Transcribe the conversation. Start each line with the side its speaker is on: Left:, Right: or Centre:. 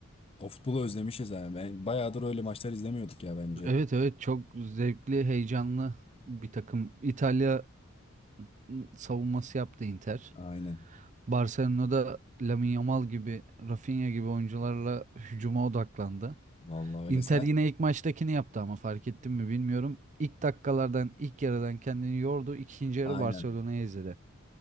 Left: O futbolu özlemişiz yani. Ben bayağıdır öyle maçlar izlemiyorduk ya bence.
Right: Evet evet çok zevkli heyecanlı bir takım. İtalya ıı, savunması yaptı Inter.
Left: Aynen.
Right: Barcelona'da Lamine Yamal gibi, Rafinha gibi oyuncularla hücuma odaklandı.
Left: Vallahi öyle.
Right: Inter
Left: Sen
Right: yine ilk maçtakini yaptı ama fark ettin mi bilmiyorum. İlk dakikalardan, ilk yarıdan kendini yordu. İkinci yarı
Left: aynen.
Right: Barcelona'ya izledi.